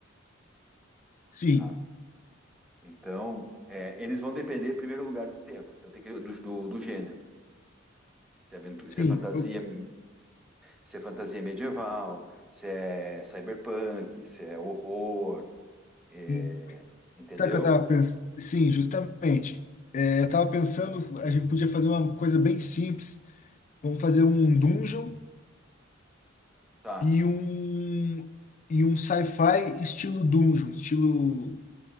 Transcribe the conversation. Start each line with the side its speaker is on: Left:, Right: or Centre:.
Left: sim,
Centre: tá? Então, é, eles vão depender, em primeiro lugar, do tema, então tem que, do, do, do gênero. Se é, aventura,
Left: sim.
Centre: se é fantasia,
Left: Eu,
Centre: se é fantasia medieval, se é cyberpunk, se é horror, é,
Left: hum,
Centre: entendeu?
Left: sabe o que eu tava pensando? Sim, justamente. É, eu tava pensando, a gente podia fazer uma coisa bem simples. Vamos fazer um dungeon
Centre: Tá.
Left: e um e um sci-fi estilo dungeon, estilo